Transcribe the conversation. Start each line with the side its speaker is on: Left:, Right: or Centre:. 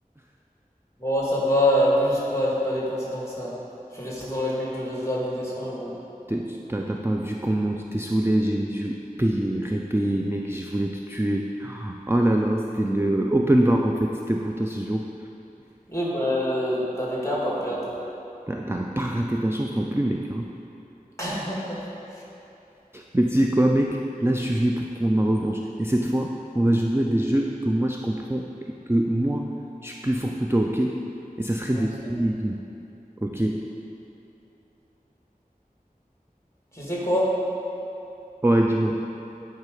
Left: Bon, ça va, abuse pas, j'ai pas dépensé tant que ça. Je suis resté dans la limite du raisonnable des cent euros.
Right: T'es- T'as t'as pas vu comment tu t'es saoulé, j'ai dû payer, répayer, mec, je voulais te tuer. Oh là là, c'était le open bar en fait, c'était pour toi ce jour.
Left: Eh ben, t'avais qu'à pas perdre.
Right: T'as t'as pas raté ta chance non plus, mec, hein.
Left: <laughs>
Right: Mais tu sais quoi, mec? Là, je suis venu pour prendre ma revanche. Et cette fois, on va jouer à des jeux que moi, je comprends et que moi, je suis plus fort que toi, ok? Et ça serait
Left: Vas-y.
Right: des énigmes, ok?
Left: Tu sais quoi?
Right: Ouais, dis-moi.